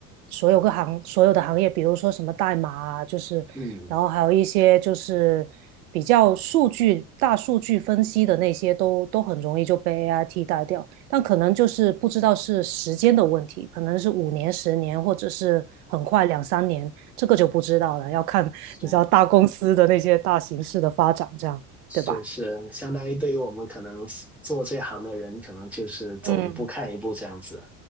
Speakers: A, on the right; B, in the centre.
A: 所有个行所有的行业，比如说什么代码啊，就是然后还有一些就是比较数据大数据分析的那些都，
B: 嗯，
A: 都很容易就被 AI 替代掉。但可能就是不知道是时间的问题，可能是五年、十年，或者是很快两三年。这个就不知道了，要看你知道大公司的那些大形势的发展，
B: 是
A: 这样对吧？
B: 是是，相当于对于我们可能做这行的人，可能就是走一步看一步这样子。
A: 嗯，